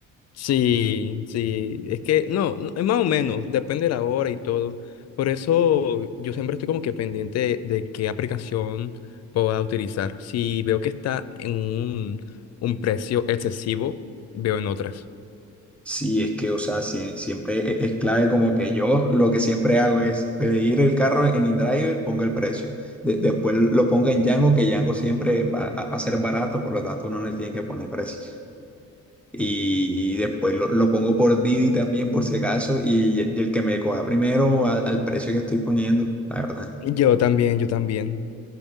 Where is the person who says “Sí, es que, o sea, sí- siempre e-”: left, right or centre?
Centre